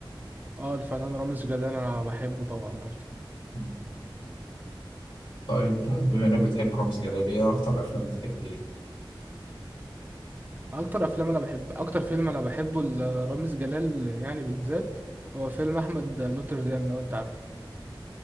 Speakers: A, on the right; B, on the left.
A: اه الفنان رامز جلال انا بحبه طبعا برضه
B: مم. طيب بما انك بتحب رامز جلال ايه اكتر افلام بتحب ليه
A: اكتر افلام انا بحب اكتر فيلم انا بحبه لرامز جلال يعني بالذات هو فيلم احمد نوتردام لو انت عارفه